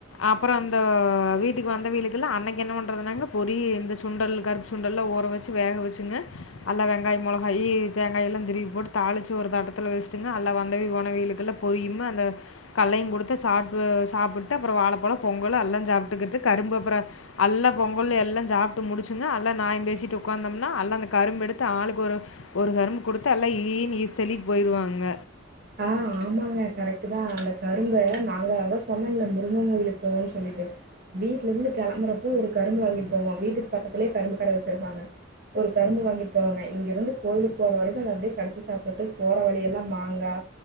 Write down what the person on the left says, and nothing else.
அப்றோ அந்த வீட்டுக்கு வந்தவைகளுக்குலா அன்னைக்கு என்ன பண்றதுனாங்க பொரி இந்த சுண்டல் கருப் பு சுண்டெல்லா ஊற வெச்சு வேக வெச்சுங்க அல்லா வெங்காயோ மொளகாயி தேங்காயில்லா திருவி போட்டு தாளிச்சு ஒரு தட்டத்துல வெச்சிட்டுங்க அல்லா வந்தவி போனவைகளுக்கெல்லா பொரியும்மு அந்த கல்லையு குடுத்து சாப் சாப்புட்டு அப்றோ வாழப்பழோ பொங்கலு அல்லா சாப்ட்டுகிட்டு கரும்பு அப்றோ அல்லா பொங்கல் எல்லா சாப்ட்டு முடிச்சுங்க அல்லா நாயம் பேசிட்டு உக்காந்தம்னா அல்லா அந்த கரும்பு எடுத்து ஆளுக்கு ஒரு ஒரு கரும்பு குடுத்தா எல்லா ஈ ஈன்னு ஈசிதள்ளிட்டு போயிருவாங்க